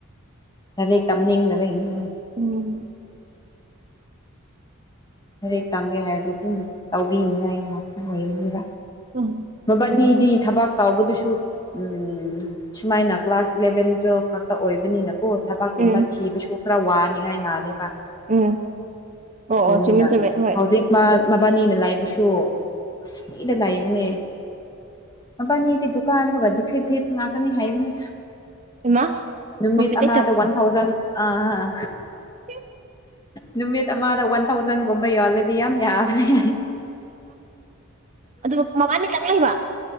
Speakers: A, on the left (about 20°); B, on the right (about 35°).
A: ꯈꯖꯤꯦꯛ ꯇꯝꯅꯤꯡꯗꯕ ꯏꯅꯤ
B: ꯎꯝ
A: ꯍꯦꯛ ꯇꯝꯒꯦ ꯍꯥꯏꯔꯗꯤ ꯑꯗꯨꯝ ꯇꯧꯕꯤꯅꯤꯉ ꯑꯩ ꯉꯥꯛꯇ ꯑꯣꯏꯔꯅꯤꯕ
B: ꯎꯝ
A: ꯃꯕꯥꯅꯤꯗꯤ ꯊꯕꯥꯛ ꯇꯥꯎꯕꯗꯨꯁꯨ ꯎ ꯁꯨꯃꯥꯏꯅ ꯀ꯭ꯂꯥꯁ ꯏꯂꯚꯦꯟ ꯇꯨꯋꯦꯜꯐ ꯊꯕꯛꯇ ꯑꯣꯏꯕꯅꯤꯅꯀꯣ ꯊꯕꯛꯀꯨꯝꯕ
B: ꯎꯝ
A: ꯊꯤꯕꯁꯨ ꯈꯔ ꯋꯥꯅꯤꯡꯉꯥꯏ ꯃꯥꯜꯂꯦꯕ
B: ꯎꯝ ꯑꯣ ꯑꯣ
A: ꯅꯤꯅ
B: ꯆꯨꯝꯃꯦ ꯆꯨꯝꯃꯦ ꯍꯣꯏ
A: ꯍꯧꯖꯤꯛ ꯃꯥ ꯃꯕꯥꯅꯤꯅ ꯂꯥꯏꯕꯁꯨ ꯑꯨꯏꯗ ꯂꯥꯏꯏꯕꯅꯦ ꯃꯕꯥꯅꯤꯗꯤ ꯗꯨꯀꯥꯟꯗꯨꯒꯗꯤ ꯐꯤꯖꯤꯠ ꯉꯥꯛꯇꯅꯤ ꯍꯥꯏꯕꯅꯤꯗ
B: ꯏꯃꯥ
A: ꯅꯨꯃꯤꯠ
B: ꯄ꯭ꯔꯣꯐꯤꯠ
A: ꯑꯃꯗ ꯋꯥꯟ ꯊꯥꯎꯖꯟ ꯑꯥ
B: ꯍꯤꯡ
A: ꯅꯨꯃꯤꯠ ꯑꯃꯗ ꯋꯥꯟ ꯊꯥꯎꯖꯟꯒꯨꯝꯕ ꯌꯣꯜꯂꯗꯤ ꯌꯥꯝ ꯌꯥꯕꯅꯤ
B: ꯑꯗꯨ ꯃꯕꯥꯅꯤ ꯈ ꯂꯩꯕ